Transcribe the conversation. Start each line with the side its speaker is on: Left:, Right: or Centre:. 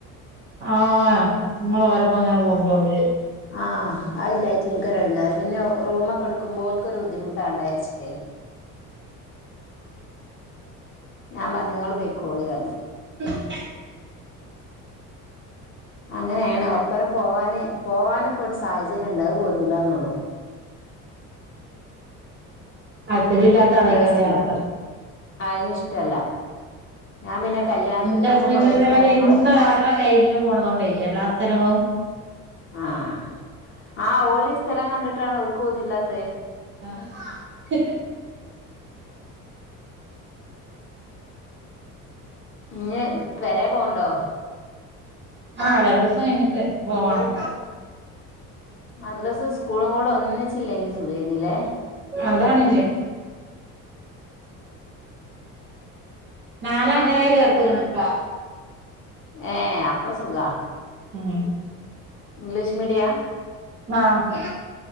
Right: ആഹ് നമ്മള് ഓരപ്പോ അങ്ങനെ പോകുമ്പോ അവര്
Left: ആഹ് അല്ലായിട്ട് നിനിക്കൊരടുങ്ങാെ പിന്നെ റൂമൊക്കെ എടുക്കുമ്പോൾക്ക ഒരു ബുദ്ധിമുട്ടാണ്ടാരിച്ചിട്ടേ ഞാൻ പറഞ്ഞങ്ങള്ൾ പേക്കോളി പറ
Right: <inaudible>
Left: അങ്ങനെയാണ് ഒപ്പരം പോവാന് പോവാനൊക്കെ ഇവിടെ സാഹചര്യം ഉണ്ടക പോരല്ലന്നുള്ളു
Right: താല്പര്യം ഇല്ലാത്ത
Left: അയിന്
Right: ആളെക്കാരം
Left: ഇൻട്രസ്റ്റ്
Right: യാത്ര
Left: ഇല്ല അയിന് ഇഷ്ടല്ല ഞാൻ പിന്നെ കല്യാണത്തിന്റെ
Right: എന്റെ
Left: മുമ്പ്
Right: ഹസ്ബൻഡ്
Left: കൊറെേ
Right: ഇതേമാതിരി
Left: സ്ഥലങ്ങള്
Right: എന്നും ലൈനില് പോണതുകൊണ്ട് എല്ലാ സ്ഥലങ്ങളും
Left: ആഹ് ആ ഓലീ സ്ഥലം കണ്ടിട്ടാണ് <unintelligible> തില്ലാത്ത
Right: ആഹ്
Left: ഇഞ് പെരെ പോവണ്ടോ
Right: ആഹ് രണ്ടു ദിവസം കഴിഞ്ഞിട്ട് പോവണം
Left: മദ്രാസ് സ്കൂളും കൂടെ ഒന്നിച്ചില്ലെങ്കിൽ സുഖേനല്ലേ
Right: അതാണ്ങ്ക ഞാന് അങ്ങനെ ചേർത്തക്കണ
Left: ഏ അപ്പൊ സുഖ
Right: ഉം
Left: ഇംഗ്ലീഷ് മീഡിയ
Right: ആഹ്